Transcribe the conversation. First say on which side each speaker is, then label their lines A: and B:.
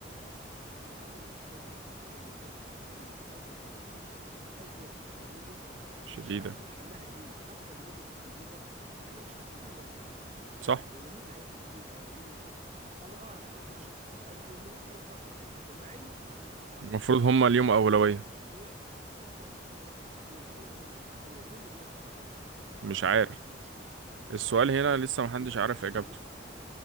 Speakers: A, on the right; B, on the right.
A: بس هم عملوا تكدس سكاني جامد جدا وأصبح فيه أزمة سكانية
B: شديدة
A: مش عارفين حلها إيه حتى المدن الجديدة إحنا مش عارفين هي لمين
B: صح
A: ولا مين اللي هياخد فيها ولا مين اللي مش هيقدم. أنا أعرف كذا شخص قدموا واترفضوا قد- مع إن أنا أعتقد
B: المفروض هما اليوم
A: إن
B: أولوية
A: هو جميع المحافظات ليهم أولوية طب هو مين اللي بياخد يا جماعة؟
B: مش عارف
A: ما هي دي مشكلة
B: السؤال هنا لسه محدش
A: مين
B: عارف
A: يعني
B: إجابته
A: أنا نكتب